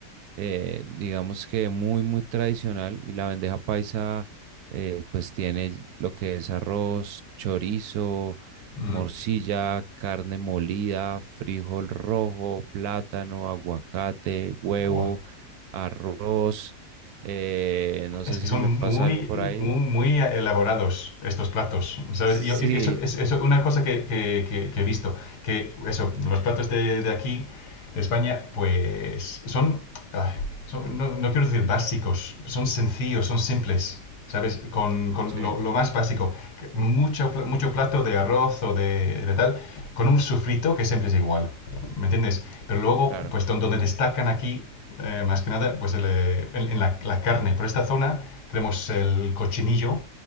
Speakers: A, on the right; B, on the left.
A: eh, digamos que muy, muy tradicional y la bandeja paisa eh, pues tiene lo que es arroz, chorizo,
B: ujú.
A: morcilla, carne molida, frijol rojo, plátano, aguacate, huevo,
B: Buah.
A: arroz, eh, no sé
B: Es que
A: si
B: son
A: se me pasa
B: muy,
A: algo por ahí.
B: muy, muy elaborados estos platos, ¿sabes?
A: Sí,
B: Y, yo- y eso es eso, una cosa que, que- que- que he visto, que eso, los platos de, de aquí de España, pues son, ay, son- no, no quiero decir básicos, son sencillos, son simples, ¿sabes? Con, con
A: sí,
B: lo, lo más básico, mucho, pla- mucho plato de arroz o de, de tal, con un sufrito que siempre es igual, ¿me entiendes? Pero luego,
A: claro.
B: pues don- donde destacan aquí, eh, más que nada, pues el, eh, en, en la, la carne. Por esta zona tenemos el cochinillo,